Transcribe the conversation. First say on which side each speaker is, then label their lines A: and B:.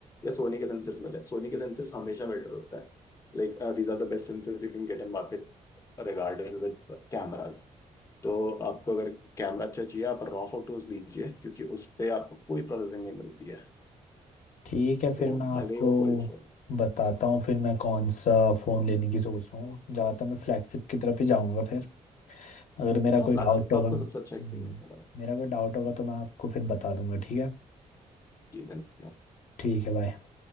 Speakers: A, on the left; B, on the left.
A: या सोनी के सेंसर्स मिले सोनी के सेंसर्स हमेशा बेटर होता है Like these are the best sensors you can get in market regarding with cameras तो आपको अगर कैमरा अच्छा चाहिए आप रॉ फोटोज लीजिए क्योंकि उस पे आपको कोई प्रोसेसिंग नहीं मिलती है
B: ठीक है फिर
A: तो
B: मैं
A: भले
B: आपको
A: ही वो कोई भी फोन
B: बताता हूँ फिर मैं कौन सा फ़ोन लेने की सोच रहा हूँ ज़्यादातर मैं फ्लैगशिप की तरफ ही जाऊँगा फिर अगर मेरा
A: हाँ
B: कोई
A: फ्लैगशिप
B: डाउट
A: पे
B: होगा
A: आपको
B: हम्म,
A: सबसे अच्छा एक्सपीरियंस मिला है।
B: मेरा कोई डाउट होगा तो मैं आपको फिर बता दूंगा ठीक है
A: जी धन्यवाद
B: ठीक है बाय